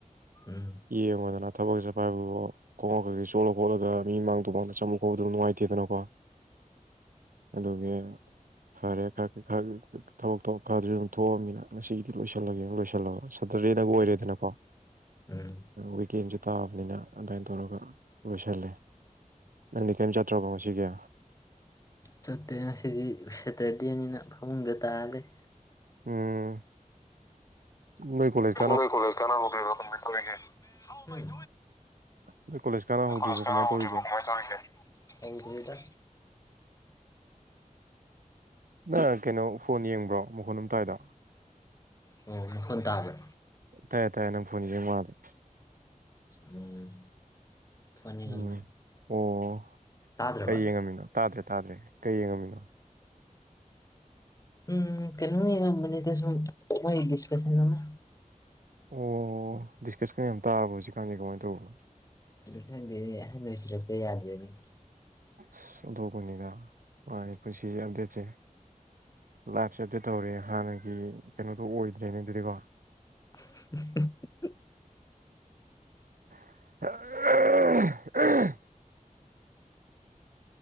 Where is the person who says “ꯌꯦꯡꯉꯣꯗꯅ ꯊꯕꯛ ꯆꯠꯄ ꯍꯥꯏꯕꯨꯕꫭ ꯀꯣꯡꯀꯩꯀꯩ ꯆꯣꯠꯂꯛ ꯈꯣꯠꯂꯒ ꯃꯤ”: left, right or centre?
Right